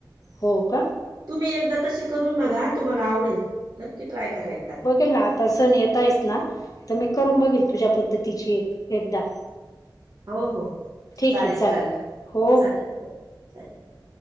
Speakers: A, on the left; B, on the right.
A: हो का?
B: तुम्ही एकदा तशी करून बघा, तुम्हाला आवडेल नक्की ट्राय करा एकदा.
A: केला आता सण येतायस ना तर, मी करून बघेल तुझ्या पद्धतीची एक एकदा.
B: हो हो,
A: ठीक
B: चालेल
A: आहे
B: चालेल,
A: हो
B: चालेल हो, चालेल हा.